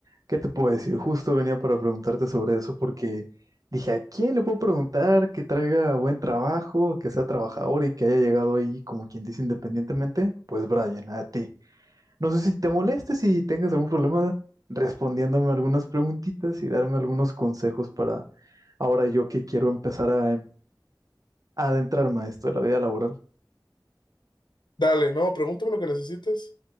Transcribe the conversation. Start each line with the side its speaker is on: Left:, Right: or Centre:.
Right: ¿qué te puedo decir? Justo venía para preguntarte sobre eso porque dije, ¿a quién le puedo preguntar que traiga buen trabajo, que sea trabajador y que haya llegado ahí, como quien dice, independientemente? Pues Brian, a ti. No sé si te molestes si tengas algún problema respondiéndome algunas preguntitas y darme algunos consejos ahora yo que quiero empezar a, em- a adentrarme a esto de la vida laboral.
Left: Dale, no, pregúntame lo que necesites.